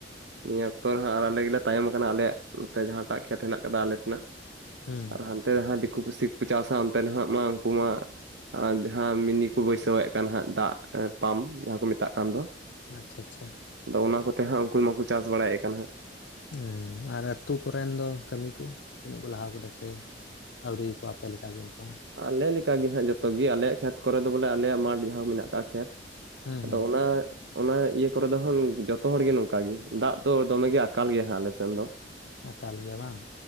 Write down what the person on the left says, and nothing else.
ᱦᱩᱸ
ᱟᱪᱷᱟ ᱟᱪᱪᱷᱟ, ᱾
ᱦᱮᱸᱦ ᱟᱨ ᱟᱛᱩ ᱠᱚᱨᱮᱱ ᱫᱚ ᱠᱟᱹᱢᱤ ᱠᱚ ᱛᱤᱱᱟᱹᱜ ᱠᱚ ᱞᱟᱦᱟ ᱟᱠᱟᱫᱟ ᱥᱮ? ᱟᱹᱣᱨᱤᱭᱟᱠᱚᱣᱟ ᱟᱯᱮ ᱞᱮᱠᱟ ᱜᱮ ᱩᱱᱠᱩ ᱾
ᱦᱩᱸ
ᱦᱩᱸ
ᱟᱠᱟᱞ ᱜᱮᱭᱟ ᱵᱟᱝ?